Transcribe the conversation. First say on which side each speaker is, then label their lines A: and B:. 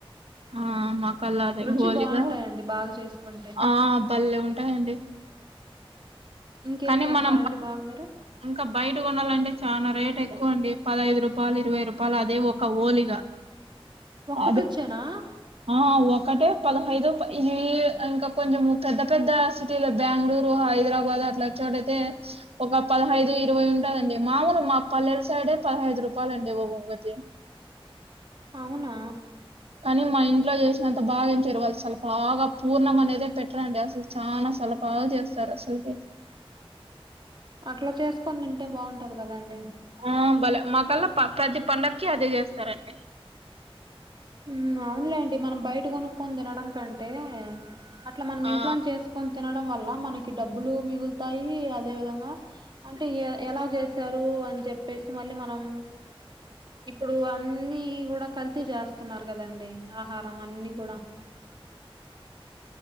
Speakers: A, on the right; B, on the right.
A: ఆ మక్కలా అదే
B: రుచి
A: గోలిగా
B: బాగుంటాయండి బాగా చేసుకుంటే
A: ఆ బల్లె ఉంటాయండి
B: ఇంకేం
A: కానీ
B: చేస్తారండి
A: మనం
B: బాగా మీరు
A: ఇంకా బయట కొనాలంటే చాలా రేట్ ఎక్కువ అండి పదహైదు రూపాలు ఇరవై రూపాలు అదే ఒక ఓలిగా
B: ఒక్కటోచ్చానా
A: అదే ఆ ఒకటే పదహైదు ప ఇది ఇంకా కొంచెం పెద్ద పెద్ద సి టీలో బెంగళూరు హైదరాబాద్ అట్లా చోటైతే ఒక పదహైదు ఇరవై ఉండదండి మామూలు మా పల్లెల సైడే పదహైదు రూపాయలండి ఒక్కోటి
B: అవునా
A: కానీ మా ఇంట్లో చేసినంత బాగా ఏం చెయ్యరు వాళ్ళ అసలు బాగా పూర్ణం అనేదే పెట్టరండి అసల చాలా సలపాలు చేస్తారు అసలుకే
B: అట్లా చేసుకొని తింటే బాగుంటది కదండి
A: ఆ బలే మాకల్లా ప ప్రతి పండగకి అదే చేస్తారండి
B: ఉమ్ అవునలేండి మనం బయట కొనుక్కొని తినడం కంటే అట్లా మనం ఇంట్లోనే
A: ఆ
B: చేసుకొని తినడం వల్ల మనకి డబ్బులు మిగులుతాయి అదే విధంగా అంటే ఎలా చేశారు అని చెప్పేసి మళ్ళీ మనం ఇప్పుడు అన్నీ కూడా కల్తీ చేస్తున్నారు కదండి ఆహారం అన్ని కూడా